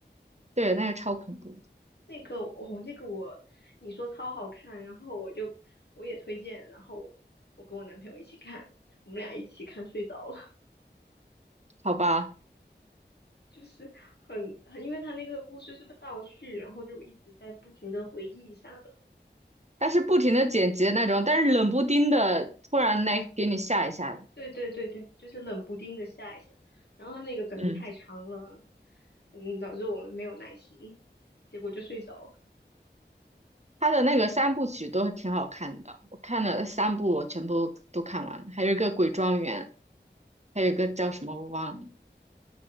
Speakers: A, on the right; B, on the left.
A: 对，那个超恐怖，
B: 那个哦，那个我你说超好看，然后我就我也推荐，然后我我跟我男朋友一起看，我们俩一起看睡着了，
A: 好吧？
B: <laughs> 就是很很，因为他那个故事是不是倒叙，然后就一直在不停的回忆啥的。
A: 但是不停的剪辑那种，但是冷不丁的突然来给你吓一吓的，
B: 对对对对，就是冷不丁的下一下，然后他那个可能太长了，
A: 嗯，
B: 嗯，导致我们没有耐心，结果就睡着了。
A: 他的那个三部曲都挺好看的，我看了三部，我全部都看完了，还有一个《鬼庄园》，还有一个叫什么我忘了，